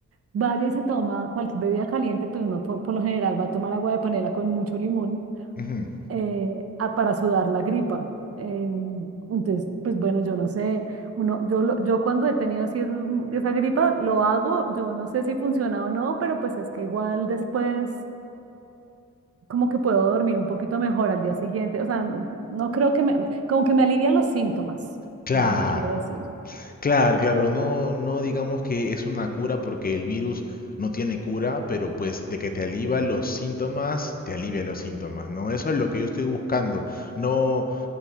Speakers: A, on the right (about 55°); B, on the left (about 30°).
A: vaya y se toma cualquier bebida caliente, pues no, por, por lo general va a tomar agua de panela con mucho limón
B: ujú.
A: eh, a- para sudar la gripa. Eh, entonces, pues bueno, yo no sé, uno, yo, lo- yo cuando he tenido así esos- esa gripa, lo hago, yo no sé si funciona o no, pero pues es que igual después como que puedo dormir un poquito mejor al día siguiente, o sea, n- no creo que me, me- como que me alivian los síntomas,
B: Claro,
A: es lo que quiero decir.
B: claro, claro. No, no digamos que es una cura porque el virus no tiene cura, pero pues de que te alivia los síntomas, te alivia los síntomas, ¿no? Eso es lo que yo estoy buscando. No,